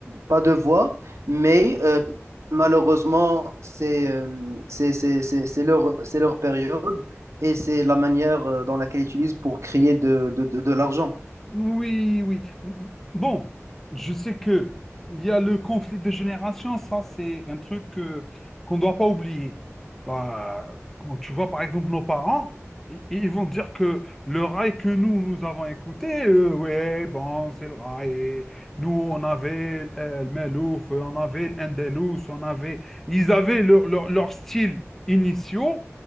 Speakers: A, on the right (about 70°); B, in the centre.
A: pas de voix, mais euh, malheureusement, c'est euh, c'est c'est- c'est- c'est leur, c'est leur période et c'est la manière euh, dans laquelle ils utilisent pour créer de, de, de, de l'argent.
B: Oui, oui. M- Bon, je sais que il y a le conflit de génération, ça c'est un truc que- qu'on ne doit pas oublier. Bah, quand tu vois par exemple nos parents, i- ils, vont dire que le rail que nous, nous avons écouté, euh, ouais, bon, c'est le rail. et nous, on avait euh, le Melouf, on avait le Endelous, on avait... Ils avaient leur, leur- leur style initiaux